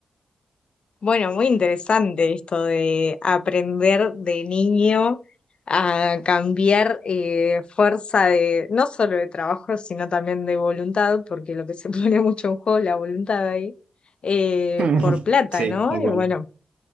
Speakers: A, on the left; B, on the right.
A: Bueno, muy interesante esto de aprender de niño a cambiar eh, fuerza de, no solo de trabajo, sino también de voluntad, porque lo que se <laughs> pone mucho en juego es la voluntad ahí, eh,
B: <laughs>
A: por plata,
B: Sí,
A: ¿no?
B: tal cual.
A: Y bueno,